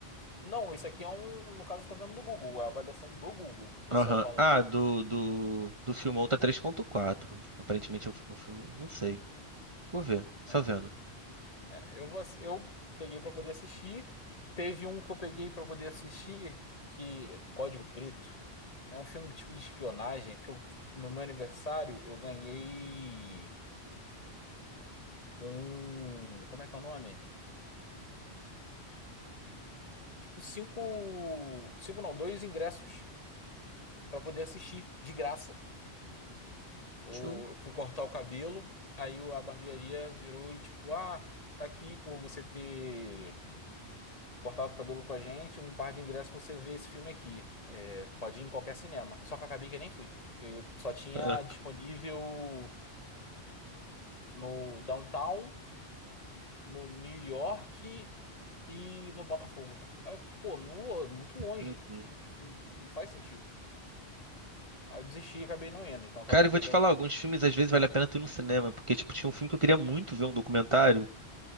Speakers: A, on the left; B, on the right.
A: Não, isso aqui é um. No caso, eu tô vendo do Google, a avaliação do Google. O pessoal
B: Aham.
A: falando.
B: Ah, do, do, do filme tá 3.4. Aparentemente o, o filme. Não sei. Vou ver, só
A: é,
B: vendo.
A: É, eu, ass- eu peguei pra poder assistir. Teve um que eu peguei pra poder assistir, que é Código Preto. É um filme tipo de espionagem, porque eu- no meu aniversário eu ganhei um. Como é que é o nome? Tipo, cinco. Cinco não, dois ingressos pra poder assistir, de graça. O-
B: Show,
A: Eu fui cortar o cabelo, aí o- a barbearia virou e tipo, ah, tá aqui por você ter. cortava o cabelo com a gente, um par de ingressos pra você vê esse filme aqui. É, pode ir em qualquer cinema. Só que eu acabei que eu nem fui. Eu só tinha
B: cara.
A: disponível no Downtown, no New York e no Botafogo. Aí eu, pô, não- muito longe.
B: Uhum.
A: Não, não faz sentido. Aí eu desisti e acabei não indo. Então eu
B: Cara,
A: acabei
B: eu vou
A: pegando.
B: te falar, alguns filmes às vezes vale a pena tu ir no cinema, porque tipo, tinha um filme que eu queria muito ver um documentário